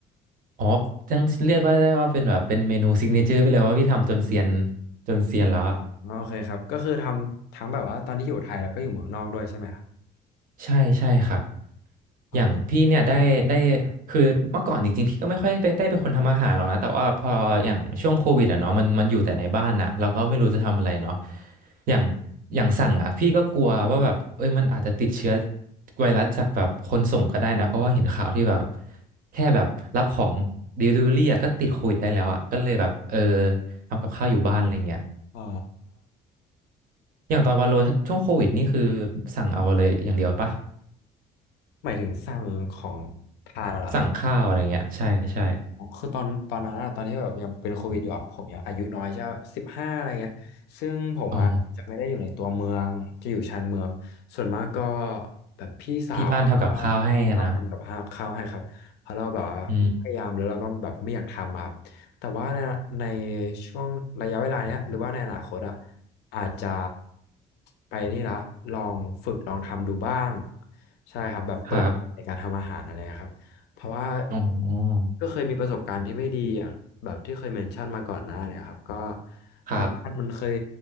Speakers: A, on the right; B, on the left.
A: อ๋อยังเรียกว่าได้ว่าเป็นแบบเป็นเมนูซิกเนเจอร์ไปเลยว่าพี่ทำจนเซียนจนเซียนแล้วอะ
B: อ๋อโอเคครับก็คือทำทั้งแบบว่าตอนที่อยู่ไทยแล้วก็อยู่เมืองนอกด้วยใช่ไหมครับ
A: ใช่ใช่ครับ
B: อ่า
A: อย่างพี่เนี่ยได้ได้คือเมื่อก่อนจริงๆพี่ก็ไม่ค่อยไปได้เป็นคนทำอาหารหรอกนะแต่ว่าพออย่างช่วงโควิดอ่ะเนาะมันมันอยู่แต่ในบ้านอ่ะเราก็ไม่รู้จะทำอะไรเนาะอย่างอย่างสั่งอ่ะพี่ก็กลัวว่าแบบเอ้ยมันอาจจะติดเชื้อไวรัสจากแบบคนส่งก็ได้นะเพราะว่าเห็นข่าวที่แบบแค่แบบรับของ Delivery อะก็ติดโควิดได้แล้วอ่ะก็เลยแบบเออทำกับข้าวอยู่บ้านอะไรเงี้ย
B: อ๋อ
A: อย่างตอนวาโลถ้าช่วงโควิดนี่คือสั่งเอาเลยอย่างเดียวปะ
B: หมายถึงสั่งของทานเหรอครับ
A: สั่งข้าวอะไรเงี้ยใช่ใช่
B: อ๋อคือตอนตอนนั้นอะตอนที่แบบยังเป็นโควิดอยู่อะผมยังอายุน้อยใช่สิบห้าอะไรเงี้ยซึ่งผมอะจะไม่ได้อยู่ในตัวเมืองจะอยู่ชานเมืองส่วนมากก็
A: อ๋อ
B: แบบพี่สาวหรือว่าที่บ้านทำกับข้าวข้าวให้ครับเพราะเราแบบว่าพยายามหรือเราก็แบบไม่อยากทำอะครับแต่ว่าในใน
A: ที่บ้านทำกับข้าวให้อะนะอืม
B: ช่วงระยะเวลาเนี้ยหรือว่าในอนาคตอะอาจจะไปนี่ละลองฝึกลองทำดูบ้างใช่ครับแบบเปิดในการทำอาหารอะไรนะครับ
A: ครับ
B: เพราะว่า
A: อ๋อ
B: ก็เคยมีประสบการณ์ที่ไม่ดีอย่างแบบที่เคยเมนชั่นมาก่อนหน้าเนี่ยครับก็
A: ครับ
B: น้ำมันมันเคย